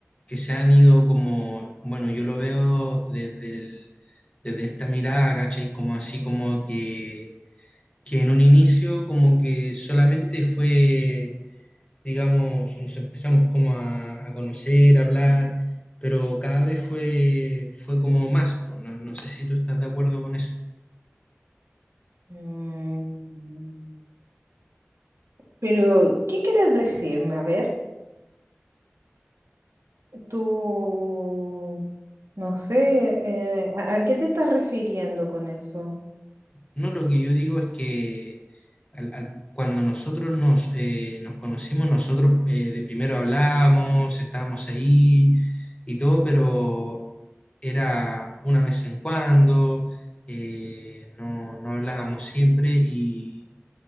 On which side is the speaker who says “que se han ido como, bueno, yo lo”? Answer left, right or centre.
Left